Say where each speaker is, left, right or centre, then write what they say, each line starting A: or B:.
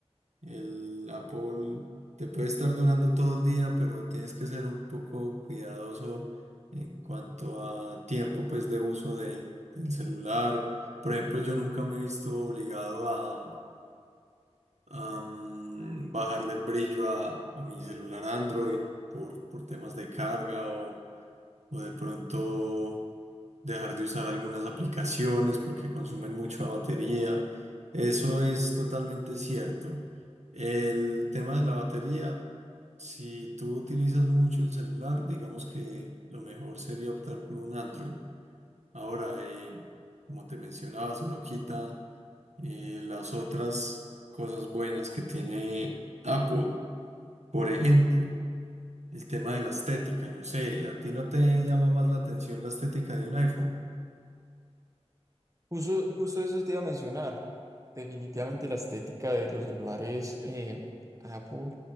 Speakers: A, on the right; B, on the right.
A: El Apple te puede estar durando todo el día, pero tienes que ser un poco cuidadoso en cuanto a tiempo, pues, de uso de, del celular. Por ejemplo, yo nunca me he visto obligado a, a, mm, bajarle el brillo a, a mi celular Android por, por temas de carga o o de pronto dejar de usar algunas aplicaciones porque consumen mucha batería. Eso es totalmente cierto. El tema de la batería, si tú utilizas mucho el celular, digamos que lo mejor sería optar por un Android. Ahora, eh, como te mencionaba, eso no quita eh, las otras cosas buenas que tiene Apple. Por ejemplo, el tema de la estética, no sé, ¿a ti no te llama más la atención la estética de un iPhone?
B: Justo, justo eso te iba a mencionar. Definitivamente la estética de los celulares eh, Apple